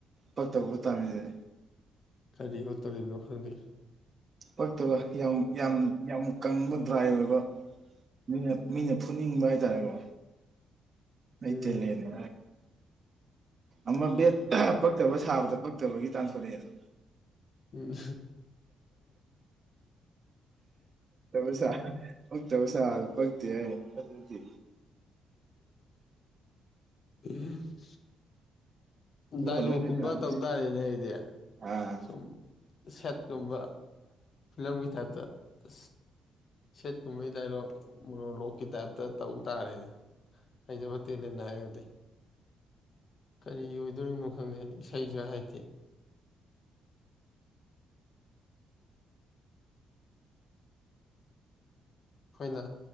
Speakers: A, on the right; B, on the left.
A: ꯄꯛꯇꯕꯕꯨ ꯇꯥꯃꯤꯗꯦ
B: ꯀꯔꯤ ꯑꯣꯠꯇꯣꯔꯤꯕꯅꯣ ꯈꯪꯗꯦ
A: ꯄꯛꯇꯕ ꯌꯥꯝ ꯌꯥꯝ ꯌꯥꯝ ꯀꯪꯕ ꯗ꯭ꯔꯥꯏ ꯑꯣꯏꯕ ꯃꯤꯅ ꯃꯤꯅ ꯐꯨꯠꯅꯤꯡꯕ ꯍꯥꯏꯇꯥꯔꯦꯀꯣ
B: ꯎꯝ
A: ꯑꯇ ꯂꯩꯅꯦ ꯑꯃ ꯕꯦꯠ ꯄꯛꯇꯕ ꯁꯥꯕꯗ ꯄꯛꯇꯕꯒꯤ ꯇꯥꯟꯊꯣꯔꯛꯑꯦꯗꯣ
B: ꯎꯝ
A: ꯄꯩꯁꯥ ꯄꯛꯇꯕꯩꯁꯥ ꯑꯗꯨ ꯄꯛꯇꯦ ꯑꯩ ꯑꯗꯨꯗꯤ
B: ꯎꯝ
A: ꯏꯕꯨꯡꯉꯣ
B: ꯗꯥꯏꯂꯣꯛꯀꯨꯝꯕ
A: ꯅꯪ ꯁꯥꯗꯣꯏꯁꯦ
B: ꯇꯧ ꯇꯥꯔꯦꯅꯦ ꯑꯩꯗꯤ
A: ꯑꯥ
B: ꯁꯨꯝ ꯁꯦꯠꯀꯨꯝꯕ ꯐꯤꯂꯝꯒꯤ ꯊꯥꯛꯇ ꯑ ꯁꯦꯠ ꯀꯨꯝꯍꯩꯗꯔꯣ ꯃꯣꯅꯣꯂꯣꯛꯀꯤ ꯇꯥꯏꯞꯇ ꯇꯧ ꯇꯥꯔꯦꯅꯦ ꯍꯥꯏꯗꯕꯥ ꯇꯦꯜꯂꯅ ꯍꯥꯏꯔꯒꯗꯤ ꯀꯔꯤꯒꯤ ꯑꯗꯨꯣꯔꯤꯅꯣ ꯈꯪꯗꯦ ꯏꯁꯩꯁꯨ ꯍꯥꯏꯗꯤ ꯑꯩꯈꯣꯏꯅ